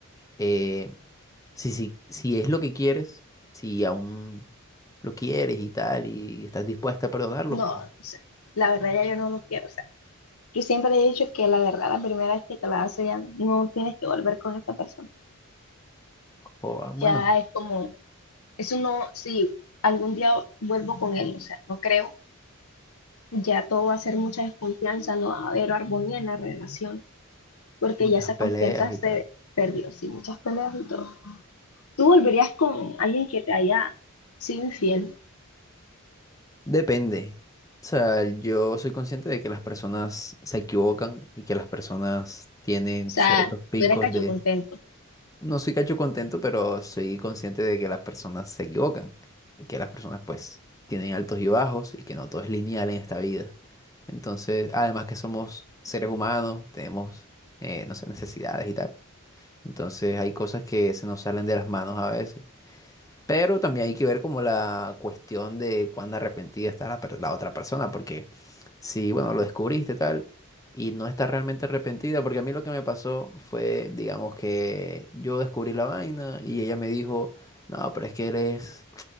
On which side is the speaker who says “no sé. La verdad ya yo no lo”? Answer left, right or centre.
Left